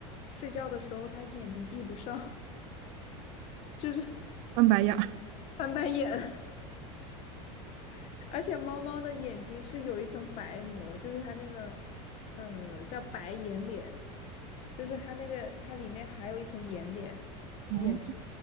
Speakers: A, on the left; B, on the right.
A: 睡觉的时候它眼睛闭不上，<laughs> 就是
B: 翻白眼儿，
A: 翻白眼，<laughs> 而且猫猫的眼睛是有一层白膜，就是它那个，呃，叫白眼睑，就是它那个它里面还有一层眼睑，
B: 哦，
A: 眼皮